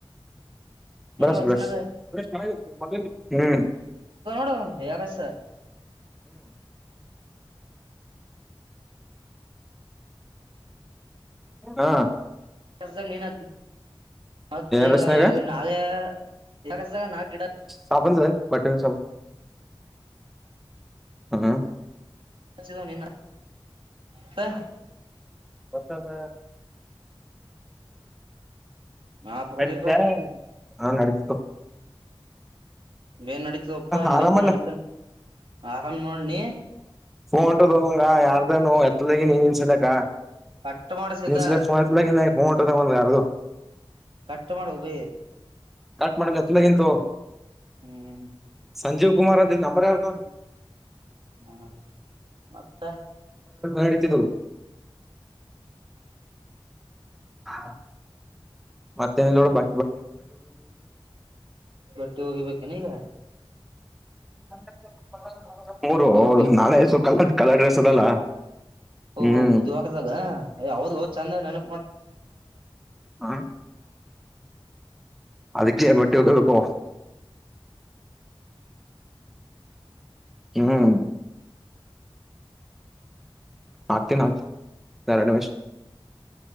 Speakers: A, in the centre; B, on the right.
A: ಬ್ರಶ್
B: ಹಚ್ಚಿನದ
A: ಬ್ರಶ್ ಬ್ರಶ್ ಮನೆಯಾಗಿದೆ ತಂದಿಲ್ಲ ಇಲ್ಲ ಬ ಹ್ಮ್
B: ಹ ಹೆರಸ
A: ಹಾ
B: ಎಸ ನಿನ ಮತ್ತ ಈಗ
A: ರಸ್ನಾಗ
B: ಈಗ ನಾಳೆ ಯ ನಾಕ ಗಿಡ
A: ಪಾಪನ್ ಬಟ್ಟ ಸ ಹ್ಮ್
B: <unintelligible> ತ್ತ
A: ಹೊಸದ
B: ನಾ ಪ್ರದೀಪ
A: ಅಡತಾರ ಆನ್ ನಡಿತಿತ್ತು
B: ಏನ್ ನಡೀತಪ್ಪಾ ನಡತು
A: ಆರಾಮಲ್ಲ
B: ನಡತ ಆರಾಮ್ ನೋಡಿ ನೀ
A: ಫೋನ್ ಉಂಟು ಹೋಂಗ ಯಾರ್ದೇನು ಎತ್ತದಗಿ ನೀನ್ ನಿನ್ಸಲಕ್ಕ
B: ಕಟ್ ಮಾಡಸಿದ್ದ
A: ಇನ್ಸ್ಲ ಪಯತಲ ನೋ ಕೊಟ್ಟ ಹೋಗ ಯಾರದು
B: ಕಟ್ ಮಾಡಿ ವಗಿ
A: ಕಟ್ ಮಾಡಂಗ ಅತ್ಲ ಎಂತು
B: ಹ್ಮ್
A: ಸಂಜೀವ್ ಕುಮಾರ್ ಅಂತ ನಂಬರ ಯಾರದು
B: ಹ ಮತ್ತೆ
A: ನಡೀತಿದ್ದು ಹ ಮತ್ತೆ ಏನಿಲ್ಲ ನೋಡಪ್ಪ.
B: ಬಟ್ಟೆ ಹೋಗ ಬೇಕ್ ಏನ್ ಇಗ.
A: ಹ್ಮ್ಮ್. ಮೂರು
B: ಇಲ್ಲಿ ಹೋಗಿ
A: ನಾಳೆ ಸು ಕಲ್ಲ. ಕಲರ್ ಡ್ರೆಸ್ ಅದಲ್ಲ.
B: ಓಹೋ
A: ಹ್ಮ್
B: ಬದುವರದ ಹೇ ಹೌದ್ <unintelligible> ಚಂದ ನನ.
A: ಹಾ. ಅದಕ್ಕೆ ಬಟ್ಟಿ ವಾಗಿಬೆಕ್ಕು. ಹ್ಮ್. ಅತಿನಿ ಅತ್ ಎರೆಡು ನಿಮಿಷ